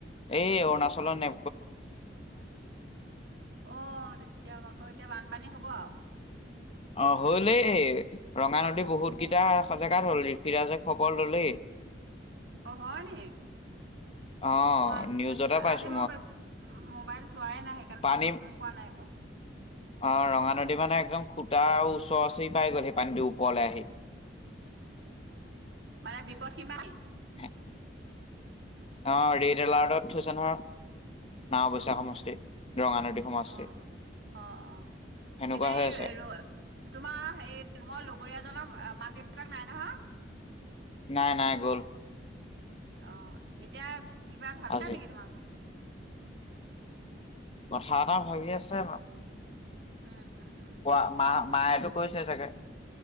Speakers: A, on the left; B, on the right.
A: এই অৰুণাচলৰ নে।
B: আহ, তেতিয়া আকৌ এতিয়া বানপানী হ'ব আৰু।
A: অ, হলই ৰঙা নদী বহুত কেইটা সজাগাত হল ঋফিৰাজ খবৰ ললেই।
B: অ, হয় ন।
A: অ'।
B: মই আজি,
A: নিউজতে পাইছো
B: আজি মই বেছি মোবাইল চোৱাই নাই সেইকাৰণেই
A: পানী
B: গম পোৱা নাই একো।
A: অ, ৰঙা নদী মানে একদম খুটা আৰু ওচৰ, ওচৰি পাই গ'ল সেই পানীটো ওপৰলৈ আহি <inaudible>
B: মানে বিপদসীমানেই
A: অ, ৰেড এলাৰ্টত থৈছে নয়। না অৱশ্যে সমষ্টি ৰঙা নদী সমষ্টি
B: অ', অ', অ', অ'।
A: সেনেকুৱা
B: এতিয়া,
A: হৈ আছে
B: এই তোমাৰ এই ৰুমৰ লগৰীয়া জন মাল দেৱতাক নাই নহয়।
A: নাই, নাই গ'ল।
B: অ, এতিয়া কিবা ভাবিছা
A: আজি
B: নেকি তোমাৰ
A: কথা এটা ভাবি আছে ব
B: উম, উম, উম,
A: কোৱা মা-মায়েতো কৈছে চাগে।